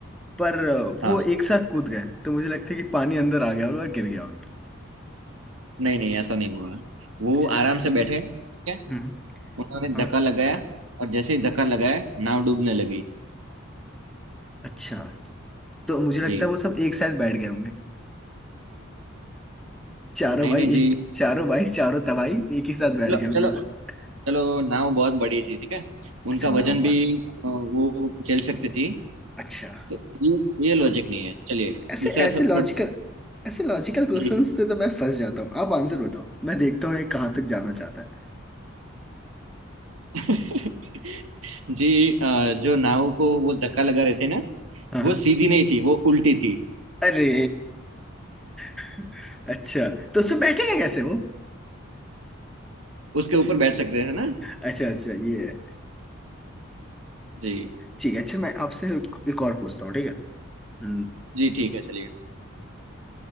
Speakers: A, in the centre; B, on the right.
A: पर आ,
B: हाँ
A: वो एक साथ कूद गए तो मुझे लगता है कि पानी अंदर आ गया होगा और गिर गया होगा
B: नहीं नहीं ऐसा नहीं हुआ वो
A: अच्छा
B: आराम
A: ऐसा
B: से
A: भी नहीं
B: बैठे ठीक है
A: हम्म
B: उन्होंने
A: हाँ
B: धक्का लगाया और जैसे ही धक्का लगाया नाव डूबने लगी
A: अच्छा तो मुझे लगता
B: जी
A: है वो सब एक साथ बैठ गए होंगे चारों
B: नहीं
A: भाई
B: नहीं जी
A: एक चारों भाई चारों तबाही एक ही साथ बैठ
B: चलो
A: गए होंगे
B: चलो
A: सर
B: चलो नाव बहुत बड़ी थी ठीक है उनका
A: अच्छा नाम
B: वजन
A: बहुत
B: भी
A: है
B: अ, वो झेल सकती थी
A: अच्छा
B: तो ये ये लॉजिक नहीं है चलिए
A: ऐसे
B: दूसरा
A: ऐसे
B: थो,
A: लॉजिकल
B: थोड़ा
A: ऐसे लॉजिकल क्वेश्चंस
B: जी
A: पे तो मैं फंस जाता हूँ आप आंसर बताओ मैं देखता हूँ ये कहाँ तक जाना चाहता है
B: <laughs> जी अ, जो नाव को वो धक्का लगा रहे थे ना
A: हाँ
B: वो
A: हाँ
B: सीधी नहीं थी वो उल्टी थी
A: अरे <laughs> अच्छा तो उसमें बैठेंगे कैसे वो
B: उसके ऊपर बैठ सकते हैं ना
A: अच्छा अच्छा ये है
B: जी
A: ठीक है अच्छा मैं आपसे एक और पूछता हूँ ठीक है हम्म
B: जी ठीक है चलिए